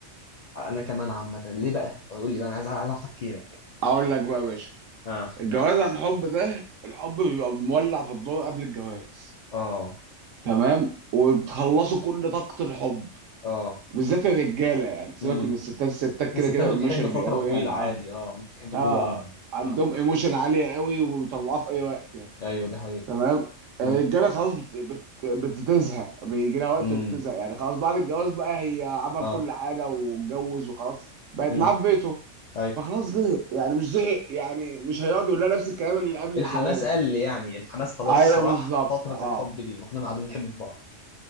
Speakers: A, on the left; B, on the right.
A: انا كمان عامه ليه بقى قول لي بقى انا عايز عايز اعرف تفكيرك
B: اقول لك بقى يا باشا
A: اه
B: الجواز عن حب ده الحب بيبقى مولع في الدور قبل الجواز
A: اه
B: تمام وبتخلصوا كل طاقة الحب
A: اه
B: بالذات الرجالة يعني سيبك
A: امم
B: من الستات الستات كده
A: الستات
B: كده ايموشنالي
A: بتحب فتره
B: قوي
A: طويله
B: يعني
A: عادي
B: اه
A: اه ممكن تحب
B: اه
A: طول العمر
B: عندهم
A: اه
B: ايموشن عالية قوي وبيطلعوها في اي وقت يعني.
A: ايوه دي حقيقه
B: تمام الرجاله
A: امم
B: خلاص بت... بت... بتزهق بيجي لها وقت
A: امم
B: وبتزهق يعني خلاص بعد الجواز بقى هي عمل
A: اه
B: كل حاجه واتجوز وخلاص بقت
A: امم
B: معاه في بيته
A: ايوه
B: فخلاص زهق يعني مش زهق يعني مش هيقعد يقول لها نفس الكلام اللي قبل
A: الحماس
B: الجواز
A: قل
B: يعني.
A: يعني الحماس خلاص
B: ايوه
A: راح
B: بالظبط
A: فتره
B: اه
A: الحب دي ما كنا قاعدين بنحب في بعض